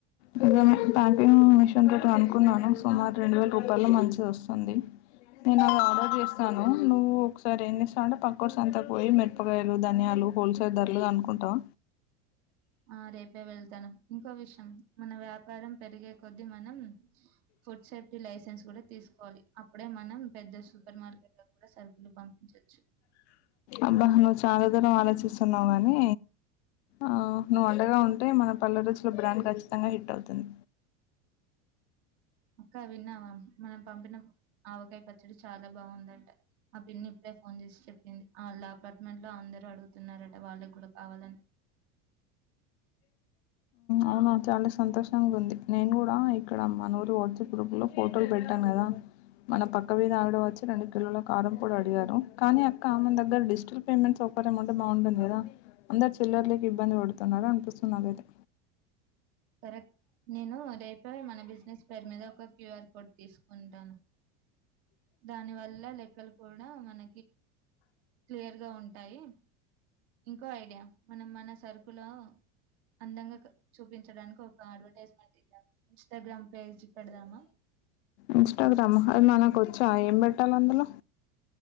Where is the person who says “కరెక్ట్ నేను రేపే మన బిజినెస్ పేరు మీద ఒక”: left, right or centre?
Right